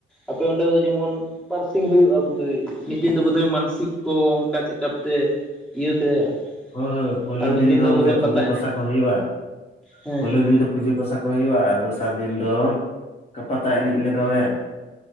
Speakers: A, in the centre; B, on the left.
A: ᱟᱯᱮ ᱚᱸᱰᱮ ᱫᱚ ᱡᱮᱢᱚᱱ ᱵᱟᱨᱥᱤ ᱦᱩᱭᱩᱜᱼᱟ ᱵᱩᱫᱷᱚᱭ ᱢᱤᱫ ᱫᱤᱱ ᱫᱚ ᱵᱩᱫᱷᱚᱭ ᱢᱟᱱᱥᱤᱠ ᱠᱚ ᱚᱱᱠᱟ ᱪᱮᱠᱟ ᱯᱮ <unintelligible>
B: ᱦᱳᱭ ᱦᱳ ᱯᱳᱭᱞᱳ
A: ᱟᱨ ᱢᱤᱫ
B: ᱫᱤᱱ ᱫᱚ ᱚᱱᱠᱟ
A: ᱵᱳᱫᱷᱚᱭ ᱯᱟᱛᱟ
B: ᱯᱩᱡᱟᱹ ᱯᱟᱥᱟ
A: ᱮᱱᱮᱡ
B: ᱠᱚ ᱦᱩᱭᱩᱜᱼᱟ,
A: ᱦᱮᱸ
B: ᱯᱳᱞᱳ ᱫᱤᱱ ᱫᱚ ᱯᱩᱡᱟᱹ ᱯᱟᱥᱟ ᱠᱚ ᱦᱩᱭᱩᱜᱼᱟ ᱟᱨ ᱫᱚᱥᱟᱨ ᱫᱤᱱ ᱫᱚ ᱯᱟᱛᱟ ᱮᱱᱮᱡ ᱞᱮ ᱫᱚᱦᱚᱭᱟ ᱾